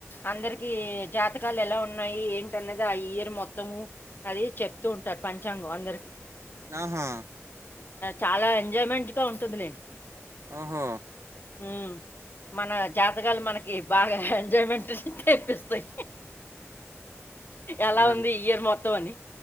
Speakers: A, on the left (about 45°); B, on the right (about 70°).
A: అందరికి ఈ జాతకాలు ఎలా ఉన్నాయి ఏంటనది ఆ ఇయర్ మొత్తము అది చెప్తూ ఉంటారు పంచాంగ అందరికి
B: ఆహా
A: చాలా ఎంజాయ్మెంట్ గా ఉంటుందిలే
B: ఆహా
A: ఉ మన జాతకాలు మనకి బాగా ఎంజాయ్మెంట్ తెపిస్తాయి ఎలా
B: అ
A: ఉంది ఇయర్ మొత్తం అని